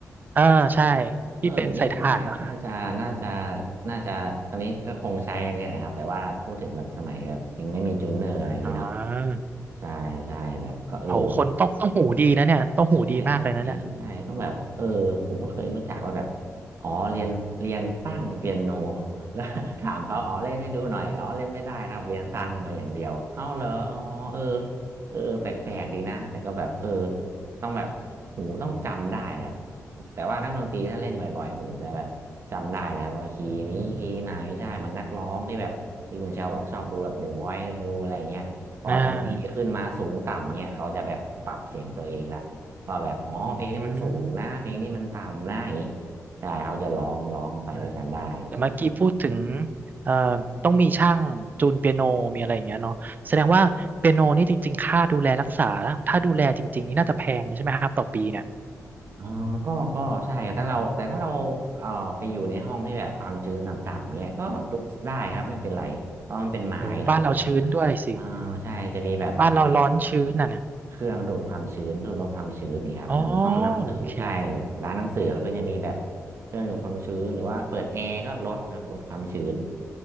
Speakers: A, on the right (about 35°); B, on the right (about 50°).
A: เออใช่
B: เออเดี๋ยวนี้ก็น่าน่าจะน่าจะ
A: ที่เป็นใส่ถ่านเนอะ
B: น่าจะตอนนี้ก็คงใช้อันนี้แหละครับแต่ว่าแบบพูดถึงแบบสมัยแบบยังไม่มีจูนเนอร์อะไรอย่างนี้เนาะ
A: อ๋อ
B: ใช่ใช่แบบก็เออ
A: โหคนต้องต้องหูดีนะเนี่ยต้องหูดีมากเลยนะเนี่ย
B: ใช่ใช่ใช่ต้องแบบเออผมก็เคยรู้จักว่าแบบอ๋อเรียนเรียนตั้งเปียโน <laughs> แล้ว <laughs> ถามเขาอ๋อเล่นให้ดูหน่อยอ๋อเล่นไม่ได้ครับเรียนตั้งมาอย่างเดียวเอ้าเหรออ๋อเออ
A: อืม
B: เออแปลกๆดีนะแต่ก็แบบเออต้องแบบหูต้องจำได้ครับแต่ว่านักดนตรีถ้าเล่นบ่อยๆหูจะแบบจำได้แล้วว่าคีย์นี้คีย์ไหนใช่เหมือนนักร้องที่แบบที่คุณเชลบอกชอบดูแบบ
A: อืม
B: The Voice ดูอะไรเงี้ยพอดนตรีขึ้นมาสูงต่ำเนี่ยเขาจะแบบปรับเสียงตัวเองละ
A: อ่า
B: ว่าแบบอ๋อเพลงนี้มันสูงนะเพลงนี้มันต่ำนะอย่างนี้
A: อืม
B: ใช่เขาจะร้องร้องไปด้วยกันได้ใช่
A: อ่าแต่เมื่อกี้พูดถึงเอ่อต้องมีช่างจูนเปียโนมีอะไรอย่างเงี้ยเนาะแสดงว่าเปียโนนี่จริงๆค่าดูแลรักษาถ้าดูแลจริงๆนี่น่าจะแพงใช่ไหมครับต่อปีเนี่ย
B: ออก็ก็ใช่ครับถ้าเราแต่ถ้าเราเอ่อไปอยู่ในห้องที่แบบความชื้นต่ำๆเนี่ยก็ดูได้ครับไม่เป็นไรเพราะมันเป็นไม้เนาะ
A: โอ้บ้านเราชื้นด้วยสิ
B: อ่าใช่จะมีแบบ
A: บ้านเราร้อนชื้นน่ะนะ
B: เครื่องดูดความชื้นลดลดความชื้นนี่ครับเหมือนห้องหนังสือใช่
A: อ๋อโอเค
B: ร้านหนังสือเขาก็จะมีแบบเครื่องดูดความชื้นหรือว่าเปิดแอร์ก็ลดครับลดความชื้น
A: อื